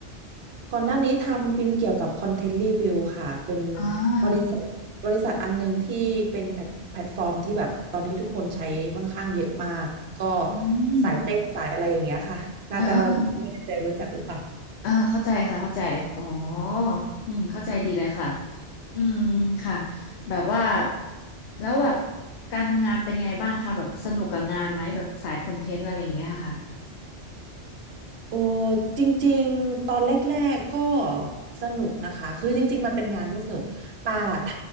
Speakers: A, on the right; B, on the left.
A: ก่อนหน้านี้ทำเป็นเกี่ยวกับคอนเทนต์รีวิวค่ะเป็น
B: อ่า
A: บริษัทบริษัทอันหนึ่งที่เป็นแพลตแพลตฟอร์มที่แบบตอนนี้ทุกคนใช้ค่อนข้างเยอะมากก็
B: อืม
A: สายเต้นสายอะไรอย่างเงี้ยค่ะน่าจะไม่แน่ใจรู้จักหรือเปล่า
B: เออเออเอออ่าเข้าใจค่ะเข้าใจอ๋ออืมเข้าใจดีเลยค่ะอืมค่ะแบบว่าแล้วแบบการทำงานเป็นไงบ้างคะแบบสนุกกับงานไหมแบบสายคอนเทนต์อะไรอย่างเงี้ยค่ะ
A: โอ้จริงๆตอนแรกๆก็สนุกนะคะคือจริงๆมันเป็นงานที่สนุกป่าท